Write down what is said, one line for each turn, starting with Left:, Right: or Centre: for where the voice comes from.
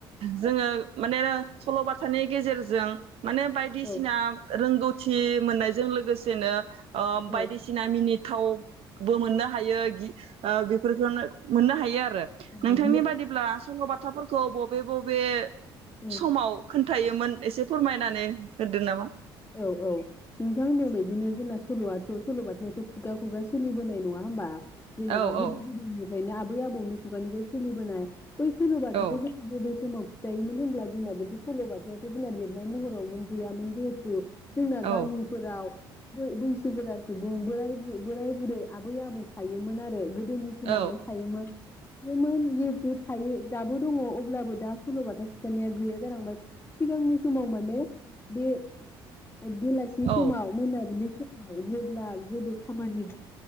Right: जोङो माने सल'बाथानि गेजेरजों माने बायदिसिना
Left: औ
Right: रोंगौथि मोननायजों लोगोसेनो ओ
Left: औ
Right: बायदिसिना मिनि थावबो मोननो हायो गि बेफोरखौनो मोननो हायो आरो नोंथांनि
Left: बिदि
Right: बादिब्ला सल' बाथाफोरखौ बबे बब बे
Left: उम
Right: समाव खोन्थायोमोन एसे फोरमायनानै होदों नामा?
Left: औ औ नोंथां होननाय बादिनो जोंना सल' आथ' सल'बाथायाथ' खुगा खुगा सोलिबोनाय नङा होमबा जेनेबा
Right: औ औ
Left: गोदो गोदायनि फायनो आबै आबौनि खुगानिफ्राय सोलिबोनाय बै सलबाथाखौ
Right: औ
Left: जों गोदो सल' खिथायोमोन होनब्ला जोंना बेथ' सल'बायावसो जोंना लिरनाय महरावमोन गैयामोन जेहे थु जोंना
Right: औ
Left: गामिफोराव बै बैसोगोरा सुबुं बोराइ बुरै आबै आबौ थायोमोन आरो गोदोनि समावहाय
Right: औ
Left: थायोमोन योमोन जिहेथु थायो दाबो दङ अब्लाबो दा सल'बाथा खिन्थानाया गैया जालांबाय सिगांनि समाव माने बेलासि
Right: औ
Left: समाव मोनाबिलि सम औ जेब्ला जेबो खामानि